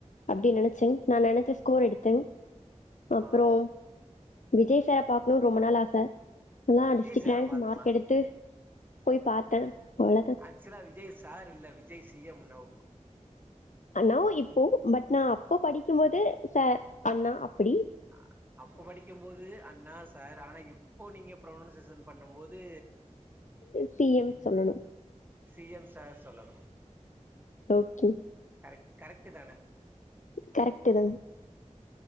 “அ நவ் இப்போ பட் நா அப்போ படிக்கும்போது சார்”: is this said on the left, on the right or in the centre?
Left